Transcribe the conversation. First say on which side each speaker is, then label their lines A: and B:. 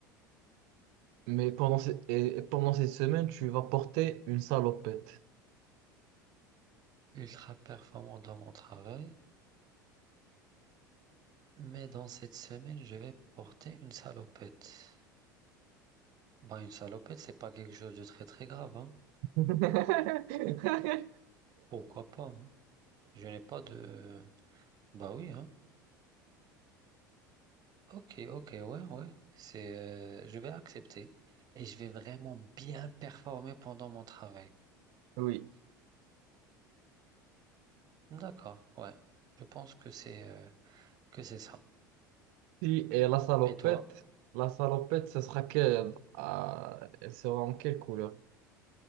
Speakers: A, on the right (about 55°); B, on the right (about 40°).
A: Mais pendant, ces- et- et pendant cette semaine, tu vas porter une salopette.
B: Ultra performant dans mon travail, mais dans cette semaine, je vais porter une salopette. Bah, une salopette, c'est pas quelque chose de très très grave, hein.
A: <laughs>
B: Pourquoi pas, hein. Je n'ai pas de. Bah oui, hein. Ok, ok, ouais, ouais. C'est, euh, je vais accepter et je vais vraiment bien performer pendant mon travail.
A: Oui.
B: D'accord, ouais. Je pense que c'est euh, que c'est ça.
A: Si, et la salopette,
B: Et toi?
A: la salopette, ce sera quelle? Ah, elle sera en quelle couleur?